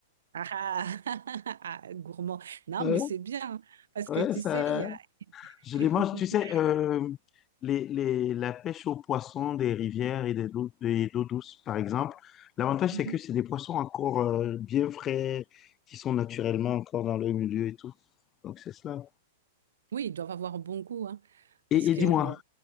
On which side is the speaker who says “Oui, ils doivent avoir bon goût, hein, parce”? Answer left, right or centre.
Right